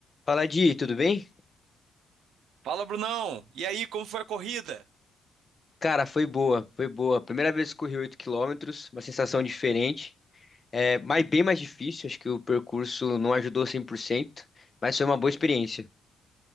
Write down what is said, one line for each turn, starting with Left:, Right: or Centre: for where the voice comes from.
Left: Fala, Di, tudo bem?
Right: Fala, Brunão! E aí, como foi a corrida?
Left: Cara, foi boa, foi boa. Primeira vez que corri 8 quilômetros, uma sensação diferente. É, mas bem mais difícil, acho que o percurso não ajudou 100%, mas foi uma boa experiência.